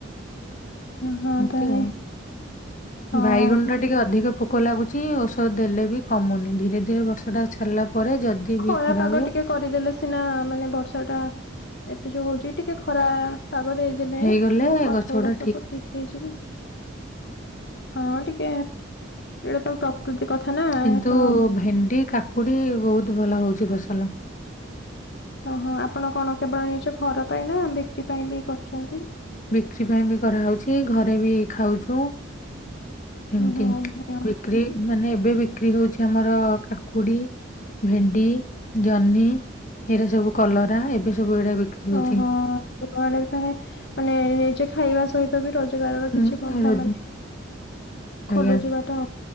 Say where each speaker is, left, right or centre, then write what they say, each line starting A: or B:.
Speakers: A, on the left; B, on the left.
A: ହଁ
B: ଏମତି
A: ତାହେଲେ
B: ଆଉ।
A: ହଁ
B: ବାଇଗଣ ଟା ଟିକେ ଅଧିକ ପୋ ପୋକ ଲାଗୁଚି ଔଷଧ ଦେଲେ ବି କମୁନି ଧୀରେ ଧୀରେ ବର୍ଷାଟା ଛାଡଲା ପରେ ଯଦି
A: ଖରା
B: ବି
A: ପାଗ
B: ହୁଏ
A: ଟିକେ କରିଦେଲେ ସିନା ମାନେ ବର୍ଷାଟା ଏତେ ଯୋଉ ହୋଉଚି ଟିକେ ଖରା ପାଗ ଦେଇଦେଲେ
B: ହେଇଗଲେ
A: ଗଛଗୁଡା
B: ଗଛ ଗୁଡା
A: ସବୁ ଠିକ ହେଇଯିବ। ହଁ ଟିକେ ଏଇଟା ତା ପ୍ରକୃତି। କଥା ନା
B: କିନ୍ତୁ
A: ତ
B: ଭେଣ୍ଡି କାକୁଡି ବୋହୁତ ଭଲ ହୋଉଚି ଫସଲ।
A: ଓ ହଁ ଆପଣ କଣ କେବଳ ନିଜ ଘର ପାଇଁ ନା ବିକ୍ରି ପାଇଁ ବି କରୁଚନ୍ତି?
B: ବିକ୍ରି ପାଇଁ ବି କରାହୋଉଚି ଘରେ ବି ଖାଉଚୁ। ଏମତି
A: ଓହୋ ଉଭୟ
B: ବିକ୍ରି ମାନେ ଏବେ ବିକ୍ରି ହୋଉଚି ଆମର କାକୁଡି ଭେଣ୍ଡି, ଜହ୍ନି ଏରା ସବୁ କଲରା, ଏବେ ସବୁ ଏଡା ବିକ୍ରି ହଉଛି
A: ଓହୋ <unintelligible> ମାନେ ନିଜେ ଖାଇବା ସହିତ ବି ରୋଜଗାରର କିଛି
B: ଉଁ
A: ପନ୍ଥା
B: ରୋ
A: ମାନେ
B: ଆଜ୍ଞା
A: ଖୋଲୁଚି ବା ତ